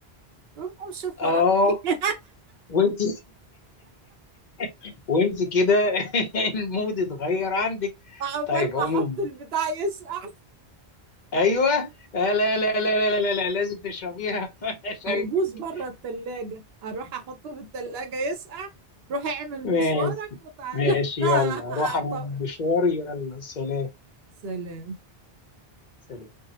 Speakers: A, on the right; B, on the left.
A: قوم قوم شوف وراك
B: اه
A: ايه
B: وانت <laughs> وانت كده <laughs> المود اتغير عندك
A: <laughs> عقبال
B: طيب
A: ما
B: عموما
A: احط البتاع يسقع
B: ايوه آه لا لا لا لا لا لا لا. لازم تشربيها <laughs> شايفك
A: هيبوظ بره التلاجة اروح احطه في التلاجة يسقع روح اعمل
B: ماشي
A: مشوارك وتعالى
B: ماشي
A: <laughs>
B: يلا روح انا
A: طب
B: مشواري يلا سلام
A: سلام
B: سلام